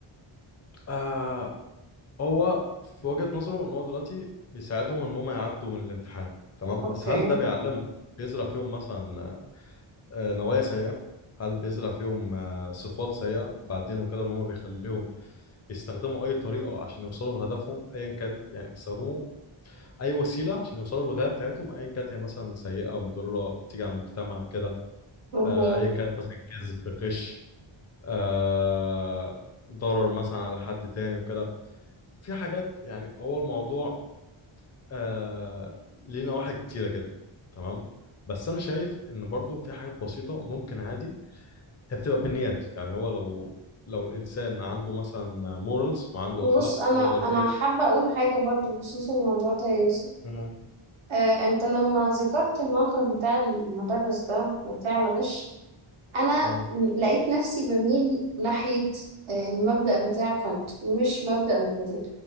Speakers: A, on the left (about 35°); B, on the right (about 70°).
A: آه، هو في وجهة نظره ان هو دلوقتي بيساعدهم ان هم يعدوا من الامتحان تمام
B: أوكي
A: بس هل ده بيعلمهم بيزرع فيهم مثلا آه، نوايا سيئة هل بيزرع فيهم آه، صفات سيئة بعدين وكده ان هم بيخليهم يستخدموا اي طريقة عشان يوصلوا لهدفهم ايا كانت يعني يستخدموا اي وسيلة عشان يوصلوا للغاية بتاعتهم ايا كانت هي مثلا سيئة مضرة تيجي على المجتمع كده
B: مه.
A: آه، ايا كانت مثلا كذب غش آه، ضرر مثلا على حد تاني وكده في حاجات يعني هو الموضوع آه ليه نواحي كتيرة كده تمام بس أنا شايف إن برضو في حاجات بسيطة ممكن عادي هي بتبقى بالنيات يعني هو لو لو الإنسان عنده مثلا مورالز وعنده
B: بص
A: أخلاق
B: أنا
A: يقدر
B: أنا
A: إيه
B: حابة أقول حاجة برضو بخصوص الموضوع ده يا يوسف
A: مم.
B: آه، أنت لما ذكرت الموقف بتاع المدرس ده وبتاع الغش انا
A: مم.
B: لقيت نفسي بميل ناحية آه، المبدأ بتاع كانت مش مبدأ ميكافيلي